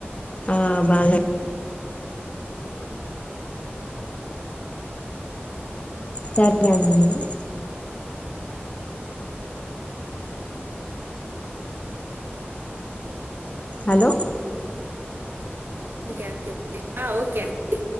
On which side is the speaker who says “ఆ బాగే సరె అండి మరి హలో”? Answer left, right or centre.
Left